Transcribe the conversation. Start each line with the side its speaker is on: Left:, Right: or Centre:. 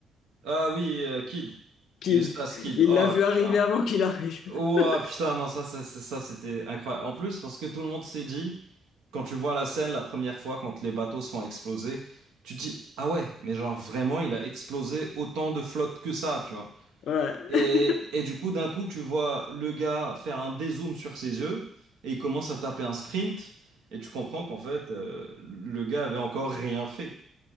Right: Ah oui, euh, Kid.
Left: Kid.
Right: Eustace Kid.
Left: Il
Right: Oh
Left: l'a vu
Right: putain.
Left: arriver avant qu'il arrive.
Right: Oh
Left: <laughs>
Right: putain, non, ça, ça, ça, ça, c'était incroyable. En plus, parce que tout le monde s'est dit, quand tu vois la scène la première fois, quand les bateaux se font exploser, tu te dis, ah ouais, mais genre vraiment, il a explosé autant de flotte que ça, tu vois.
Left: Ouais.
Right: Et,
Left: <laughs>
Right: et du coup, d'un coup, tu vois le gars faire un dézoom sur ses yeux et il commence à taper un sprint. Et tu comprends qu'en fait, euh, le gars avait encore rien fait.